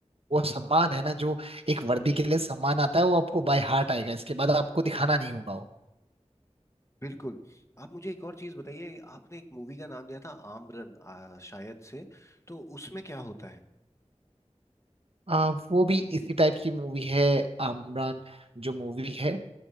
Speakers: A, on the right; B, on the left.
A: वो सम्मान है ना जो एक वर्दी के लिए सम्मान आता है वो आपको बाय हार्ट आएगा इसके बाद आपको दिखाना नहीं होगा वो
B: बिल्कुल आप मुझे एक और चीज बताइए आपने एक मूवी का नाम दिया था आमरन आ, शायद से तो उसमें क्या होता है
A: आ, वो भी इसी टाइप की मूवी है आमरान जो मूवी है